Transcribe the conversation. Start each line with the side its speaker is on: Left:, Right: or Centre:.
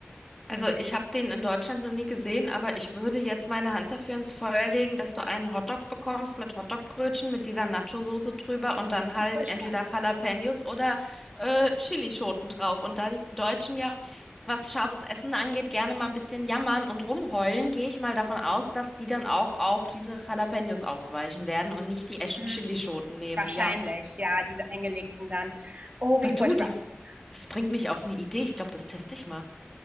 Centre: Also ich habe den in Deutschland noch nie gesehen, aber ich würde jetzt meine Hand dafür ins Feuer legen, dass du einen Hotdog bekommst mit Hotdogbrötchen, mit dieser Nacho-Soße drüber und dann halt
Right: Wie Furchtbar.
Centre: entweder Jalapenos oder äh, Chilischoten drauf. Und da die Deutschen ja, was scharfes Essen angeht, gerne mal ein bisschen jammern und rumheulen, gehe ich mal davon aus, dass die dann auch auf diese Jalapenos ausweichen werden und nicht die echten
Right: Mhm.
Centre: Chilischoten nehmen.
Right: Wahrscheinlich,
Centre: Ja,
Right: ja, diese eingelegten dann. Oh, wie
Centre: aber
Right: furchtbar.
Centre: du, das,
Right: Okay.
Centre: das bringt mich auf eine Idee. Ich glaube, das teste ich mal.